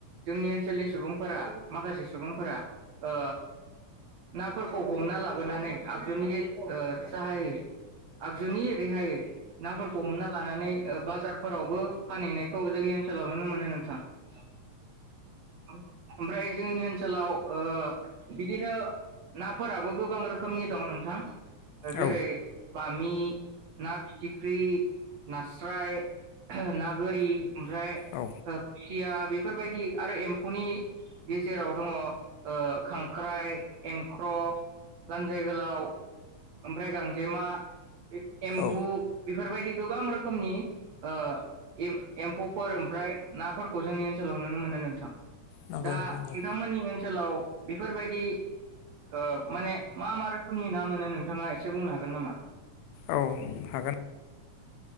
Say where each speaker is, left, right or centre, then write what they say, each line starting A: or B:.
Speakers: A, on the right; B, on the left.
A: जोंनि ओनसोलनि सुबुंफोरा माखासे सुबुंफोरा ओ नाफोरखौ हमना लाबोनानै आगजुनि साहायै आगजुनि रेहायै नाफोरखौ हमना लानानै बाजारफोरावबो फानहैनायखौ जोंनि ओनसोलाव नुनो मोनो नोंथां <unintelligible> ओमफ्राय जोंनि ओनसोलाव ओ बिदिनो नाफोराबो गोबां रोखोमनि दं नोंथां। ओ जेरै
B: औ
A: बामि ना फिथिख्रि, नास्राय, <unintelligible> ना गोरि ओमफ्राय
B: औ
A: ओ खुसिया बेफोरबायदि आरो एम एम्फौनि गेजेराव दङ ओ खांख्राइ, एंख्रब, लानजाय गोलाव ओमफ्राय गांजेमा। एम्बु
B: औ
A: बेफोरबायदि। गोबां रोखोमनि ओ एम एम्फौफोर ओमफ्राय नाफोरखौ जोंनि ओनसोलाव नुनो मोनो नोंथां।
B: नंगौ
A: दा
B: नंगौ
A: नोंथांमोननि ओनसोलाव बेफोरबायदि ओ माने मा मा रोखोमनि ना मोनो नों थाङा एसे बुंनो हागोन नामा?
B: औ हागोन।